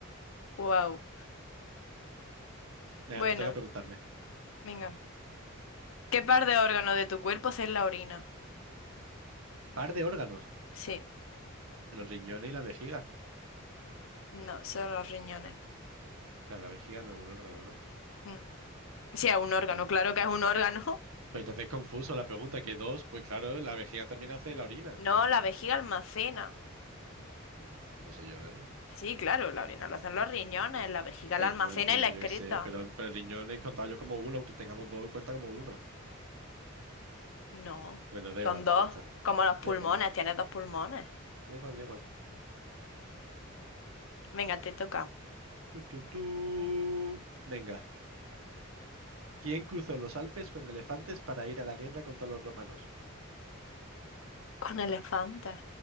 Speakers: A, on the left (about 65°); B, on the right (about 75°).
A: Wow.
B: Venga,
A: Bueno,
B: te toca preguntarme.
A: venga. ¿Qué par de órganos de tu cuerpo es la orina?
B: Par de órganos,
A: Sí,
B: los riñones y la vejiga.
A: no, son los riñones.
B: Claro, la vejiga no es un órgano, ¿no?
A: Mm. Sí, es un
B: Que
A: órgano,
B: bueno,
A: claro
B: pues,
A: que es un órgano. <laughs>
B: pues entonces es confuso la pregunta, que dos, pues claro, la vejiga también hace la orina.
A: No, la vejiga almacena.
B: Mm, No sé yo, ¿eh?
A: Sí, claro, la orina lo hacen los riñones, la vejiga
B: Pero,
A: la almacena
B: bueno, pero
A: y la excreta.
B: yo qué sé, pero, pero el riñón he contado yo como uno, aunque tengamos dos, cuenta como uno.
A: No,
B: Bueno,
A: son
B: da igual,
A: dos,
B: ya está.
A: como los pulmones,
B: Da igual,
A: tienes dos pulmones.
B: da igual, da igual.
A: Venga, te toca.
B: Tú, tú, tú. Venga. ¿Quién cruzó los Alpes con elefantes para ir a la guerra contra los romanos?
A: Con elefantes.